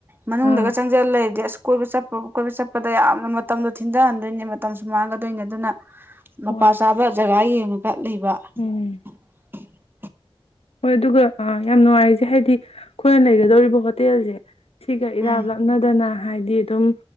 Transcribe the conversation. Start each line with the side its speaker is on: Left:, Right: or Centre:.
Right: ꯃꯅꯨꯡꯗꯒ
Left: ꯑꯥ
Right: ꯆꯪꯖꯜꯂ ꯂꯩꯔꯗꯤ ꯑꯁ ꯀꯣꯏꯕ ꯆꯠꯄ ꯀꯣꯏꯕ ꯆꯠꯄꯗ ꯌꯥꯝꯅ ꯃꯇꯝꯗꯣ ꯊꯤꯟꯊꯍꯟꯗꯣꯏꯅꯦ ꯃꯇꯝꯁꯨ ꯃꯥꯡꯒꯗꯣꯏꯅꯤ ꯑꯗꯨꯅ ꯃꯄꯥ
Left: ꯍꯣꯏ
Right: ꯆꯥꯕ ꯖꯒ ꯌꯦꯡ <inaudible>
Left: ꯎꯝ ꯍꯣꯏ ꯑꯗꯨꯒ ꯑ ꯌꯥꯝ ꯅꯨꯡꯉꯥꯏꯔꯔꯤꯁꯦ ꯍꯥꯏꯗꯤ ꯑꯩꯈꯣꯏꯅ ꯂꯩꯩꯒꯗꯧꯔꯤꯕ ꯍꯣꯇꯦꯜꯁꯦ ꯁꯤꯒ <unintelligible>
Right: ꯎꯝ
Left: ꯍꯥꯏꯗꯤ ꯑꯗꯨꯝ